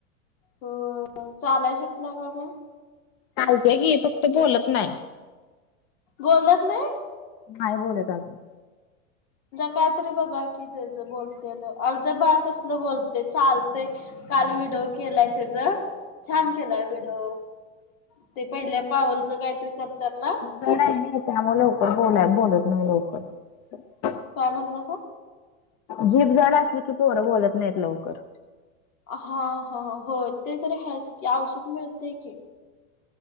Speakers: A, on the left; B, on the left.
A: हो चालाय शिकला का मग-
B: चालतय की फक्त बोलत नाही-
A: बोलत नाही-
B: नाही बोलत अजुन-
A: कायतरी बघा कि त्याचं बोलते आमच बाळ कसलं बोलते, चालते काल व्हिडिओ केला त्याचा छान केलाय व्हिडीओ- ते पहिल्या पावलच काहीतरी करतात ना-
B: त्यामुळे लवकर बोलाय बोलत नाही लवकर-
A: काय म्हणलं सा-
B: जीभ जड असली की पोरं बोलत नाहीत लवकर-
A: हा हा हो ते तर ह्याच की औषध मिळते की-